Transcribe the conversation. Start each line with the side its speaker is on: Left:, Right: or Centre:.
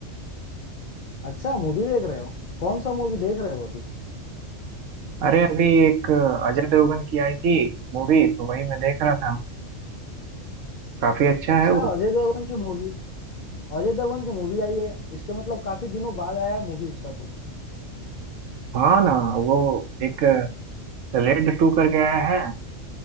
Left: अच्छा मूवी देख रहे हो कौन सा मूवी देख रहे हो अभी
Right: अरे अभी एक अजय देवगन की आई थी मूवी तो वही मैं देख रहा था काफी अच्छा
Left: अच्छा
Right: है वो
Left: अजय देवगन की मूवी अजय देवगन की मूवी आई है इसके मतलब काफी दिनों बाद आया है मूवी उसका तो
Right: हाँ ना वो एक रेड टू करके आया है